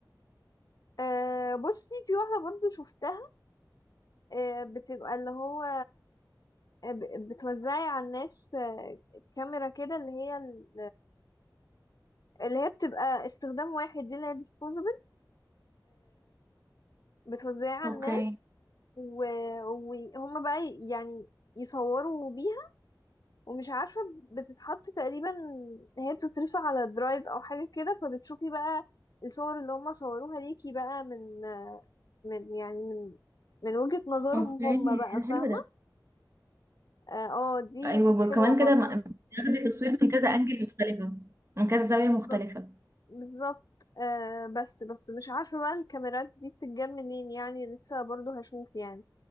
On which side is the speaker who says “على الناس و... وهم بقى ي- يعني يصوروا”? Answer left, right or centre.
Left